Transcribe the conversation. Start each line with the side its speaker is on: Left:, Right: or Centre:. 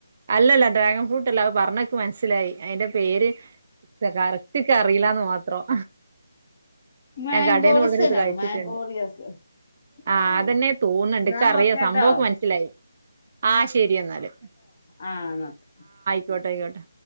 Right: അല്ലല്ല ഡ്രാഗൺ ഫ്രൂട്ട്ല്ല അ പറഞ്ഞക്കെ മനസ്സിലായി അതിൻന്റെ പേര് കറക്റ്റ്ക്കെ അറിയില്ലന്ന് മാത്രം
Left: മാംഗോറസ്
Right: ഞാൻ കടയിൽന്ന് കൂടു
Left: തന്നെയാണ്
Right: ഇ കഴിച്ചിട്ടുണ്ട്
Left: മാംഗോറിയസ് ആ
Right: ആഹ് അതെന്നെ തോന്നുന്നുണ്ട്
Left: എന്നാ
Right: ഇക്ക അറിയാ
Left: ഓക്കെ കേട്ടോ
Right: സംഭവൊക്കെ മനസ്സിലായി ആഹ് ശെരി എന്നാല്
Left: ആഹ് ന്ന ഓക്കെ
Right: കോട്ടെയ്ക്കോട്ടെ